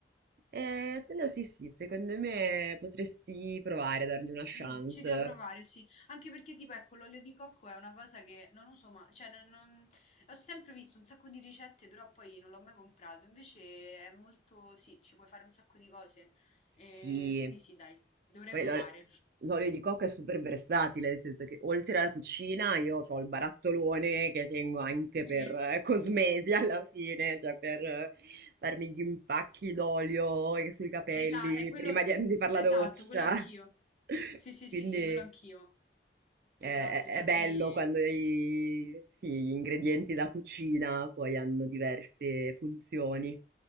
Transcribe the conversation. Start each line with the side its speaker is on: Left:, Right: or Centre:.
Right: Eh, quello sì, sì, secondo me potresti provare a dargli una chance.
Left: Mh, ci devo provare, sì. Anche perché tipo, ecco, l'olio di cocco è una cosa che non uso ma cioè non non ho sempre visto un sacco di ricette, però poi non l'ho mai comprato. Invece è molto sì, ci puoi fare un sacco di cose.
Right: Sì.
Left: Ehm, quindi sì, dai, dovrei
Right: Poi
Left: provare.
Right: l'ol
Left: <laughs>
Right: l'olio di cocco è super versatile, nel senso che oltre alla cucina io ho il barattolone che tengo anche
Left: Sì,
Right: per
Left: eh,
Right: eh, cosmesi alla fine, cioè per eh, farmi gli impacchi d'olio sui capelli
Left: esa è quello
Right: prima di, di fare
Left: esatto,
Right: la doccia.
Left: quello anch'io.
Right: <laughs>
Left: Sì, sì,
Right: Quindi
Left: sì, sì,
Right: eh,
Left: quello anch'io.
Right: è,
Left: Esatto,
Right: è
Left: infatti
Right: bello quando i- sì, gli ingredienti da cucina poi hanno diverse funzioni.